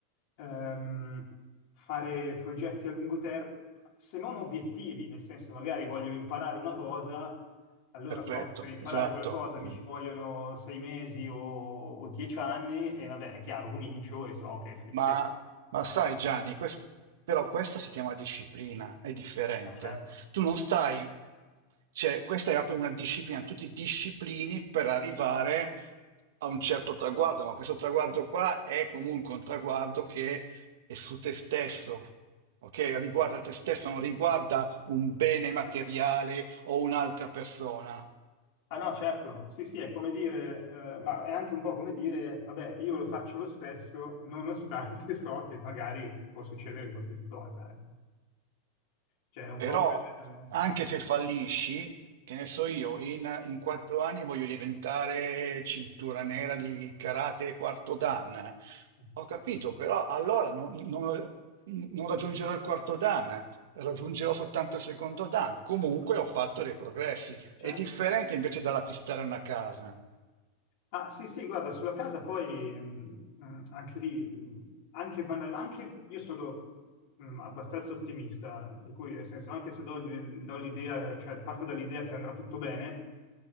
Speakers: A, on the left; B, on the right.
A: ehm, fare progetti a lungo termine, se non obiettivi, nel senso magari voglio imparare una cosa, allora
B: perfetto,
A: so che per imparare
B: esatto.
A: quella cosa mi
B: Mm.
A: ci vogliono sei mesi o, o dieci anni e vabbè, è chiaro, comincio e so che f- se...
B: Ma, ma sai Gianni, quest- però questa si chiama disciplina, è differente.
A: Ah, certo.
B: Tu non stai, cioè questa era proprio una disciplina, tu ti disciplini per arrivare a un certo traguardo, ma questo traguardo qua è comunque un traguardo che è su te stesso, ok? Riguarda te stesso, non riguarda un bene materiale o un'altra persona.
A: Ah no, certo, sì, sì, è come dire, eh, ma è anche un po' come dire, vabbè, io lo faccio lo stesso, nonostante <laughs> so che magari può succedere qualsiasi cosa. eh. Cioè, è un
B: Però
A: po' quel...
B: anche se fallisci, che ne so io, in, in quattro anni voglio diventare cintura nera di karate quarto dan.
A: eh,
B: Ho capito, però allora non, non- non raggiungerò il quarto dan, raggiungerò soltanto il secondo dan. Comunque ho fatto dei progressi.
A: Certo.
B: È differente invece dalla pistare una casa.
A: Ah, sì, sì, guarda, sulla casa poi mh, mh, anche lì, mh, anche, banal- anche io sono mh, abbastanza ottimista, per cui nel senso, anche se do, do l'idea, cioè parto dall'idea che andrà tutto bene,